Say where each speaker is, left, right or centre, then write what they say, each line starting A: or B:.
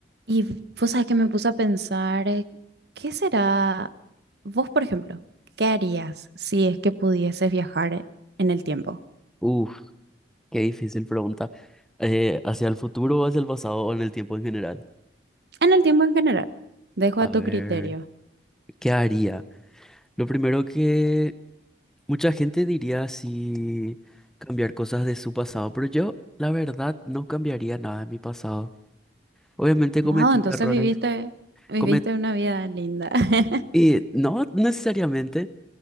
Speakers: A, on the right; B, in the centre.
A: Y vos sabés que me puse a pensar, eh, ¿qué será vos, por ejemplo? ¿Qué harías si es que pudieses viajar en el tiempo?
B: Uf, qué difícil pregunta. Eh, ¿hacia el futuro o hacia el pasado o en el tiempo en general?
A: En el tiempo en general. Dejo
B: A
A: a tu
B: ver,
A: criterio.
B: ¿qué haría? Lo primero que mucha gente diría si cambiar cosas de su pasado, pero yo, la verdad, no cambiaría nada de mi pasado. Obviamente cometí
A: Wow, entonces
B: errores,
A: viviste, viviste
B: comet
A: una vida linda. <laughs>
B: y no necesariamente,